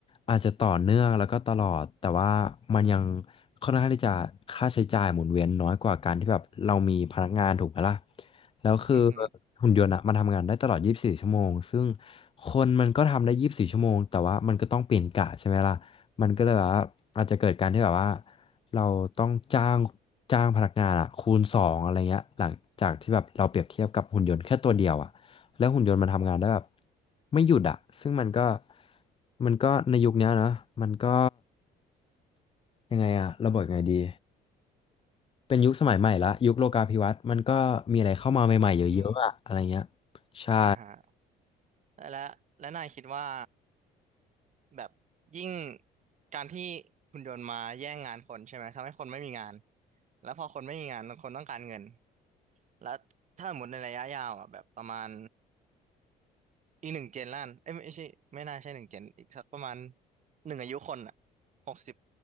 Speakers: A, on the left (about 30°); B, on the right (about 45°).
A: อาจจะต่อเนื่องแล้วก็ตลอดแต่ว่ามันยังค่อนข้างที่จะค่าใช้จ่ายหมุนเวียนน้อยกว่าการที่แบบเรามีพนักงานถูกไหมล่ะ แล้วคือ
B: อืมอหืม
A: หุ่นยนต์อะมันทำงานได้ตลอด 24ชั่วโมงซึ่งคนมันก็ทำได้24ชั่วโมงแต่ว่ามันก็ต้องเปลี่ยนกะใช่ไหมล่ะมันก็เลยแบบว่าอาจจะเกิดการที่แบบว่าเราต้องจ้างจ้างพนักงานอะคูณสองอะไรเงี้ยหลังจากที่แบบเราเปรียบเทียบกับหุ่นยนต์แค่ตัวเดียวอะแล้วหุ่นยนต์มันทำงานได้แบบไม่หยุดอะซึ่งมันก็มันก็ในยุคเนี้ยนะมันก็ยังไงอะเราบอกยังไงดี เป็นยุคสมัยใหม่ละยุคโลกาภิวัตน์มันก็มีอะไรเข้ามาใหม่ๆเยอะๆอะอะไรเงี้ย
B: ออืม
A: ใช่
B: อ่าฮะและและนายคิดว่าแบบยิ่งการที่หุ่นยนต์มาแย่งงานคนใช่ไหมทำให้คนไม่มีงานแล้วพอคนไม่มีงานคนต้องการเงินแล้วถ้าหมดในระยะยาวอ่ะแบบประมาณ อีกหนึ่งเจนล้านเอ้ยไม่ใช่ไม่น่าใช่หนึ่งเจนอีกสักประมาณหนึ่งอายุคนอ่ะหกสิบ